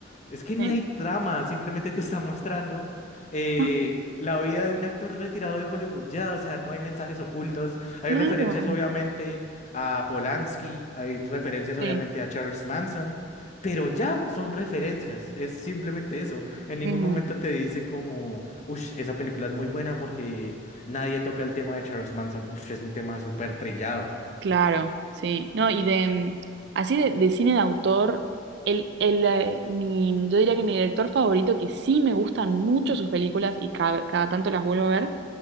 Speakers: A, on the left (about 35°); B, on the right (about 60°).
A: Es que no
B: sí.
A: hay trama, simplemente te está mostrando eh,
B: Ah,
A: la vida de un actor retirado de Hollywood. Ya, o sea, no hay mensajes ocultos. Hay
B: claro,
A: referencias, obviamente, a Polanski, hay referencias,
B: sí.
A: obviamente, a Charles Manson, pero ya son referencias. Es simplemente eso. En ningún
B: Ujú.
A: momento te dice como, uff, esa película es muy buena porque nadie toca el tema de Charles Manson. Uff, es un tema súper trillado.
B: Claro, sí. No,
A: Eh,
B: y de mm, así de, de cine de autor, el, el, eh, mi, yo diría que mi director favorito, que sí me gustan mucho sus películas y cada, cada tanto las vuelvo a ver,